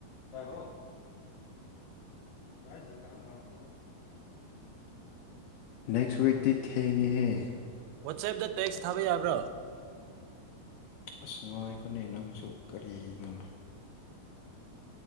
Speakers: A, on the left (about 85°); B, on the right (about 85°).
A: ꯇꯥꯕ꯭ꯔꯣ <unintelligible> ꯅꯦꯛꯁ ꯋꯤꯛꯗꯤ ꯊꯦꯡꯉꯦꯍꯦ
B: ꯋꯥꯆꯦꯞꯇ ꯇꯦꯛꯁ ꯊꯥꯕ ꯌꯥꯕ꯭ꯔꯣ
A: ꯑꯁ ꯉꯥꯏꯈꯣꯅꯦ ꯅꯪꯁꯨ ꯀꯔꯤꯅꯣ